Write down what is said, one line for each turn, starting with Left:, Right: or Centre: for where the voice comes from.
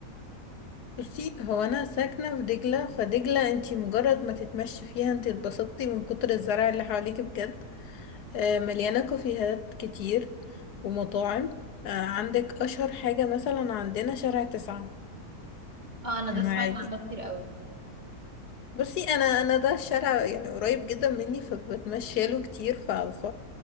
Left: بصي هو انا ساكنة في دجلة فدجلة انتي مجرد ما تتمشي فيها انتي اتبسطتي من كتر الزرع اللي حواليك بجد آه، مليانة كافيهات كتير ومطاعم آه، عندك اشهر حاجة مثلا عندنا شارع تسعة
Right: اه انا ده
Left: المعادي
Right: سمعت عنه كتير قوي
Left: بصي انا انا ده الشارع يعني قريب جدا مني فبتمشى له كتير ف, ف...